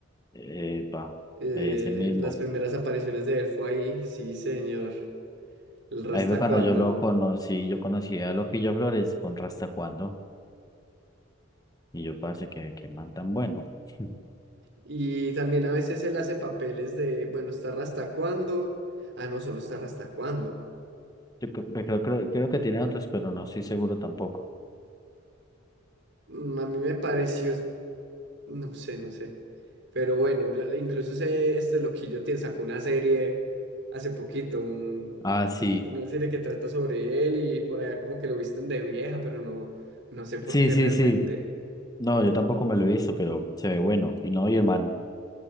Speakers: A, on the left (about 20°); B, on the right (about 65°).
A: Epa,
B: Eh,
A: ese mismo.
B: las primeras apariciones de él fue ahí, sí, señor. El Rastacuando.
A: Ahí fue cuando yo lo conocí, yo conocí a Loquillo Flores con Rastacuando y yo parece que, que man tan bueno. <laughs>
B: Y también a veces él hace papeles de, bueno, ¿estar hasta cuándo? Ah, no, solo estar hasta cuándo.
A: Yo cre- pe- creo, creo, creo que tiene otros, pero no estoy seguro tampoco.
B: Mm, A mí me pareció, no sé, no sé. Pero bueno, ya- incluso ese, este loquillo te sacó una serie hace poquito, un-
A: Ah, sí,
B: una serie que trata sobre él y por allá como que lo visten de vieja, pero no, no sé por
A: sí,
B: qué
A: sí,
B: realmente.
A: sí. No, yo tampoco me lo he visto, pero se ve bueno. Y no, y el man,